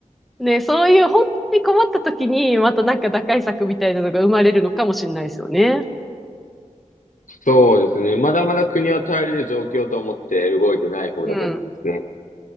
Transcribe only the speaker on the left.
そうですね。まだまだ国は耐えれる状況と思って動いてない方だと思いますね。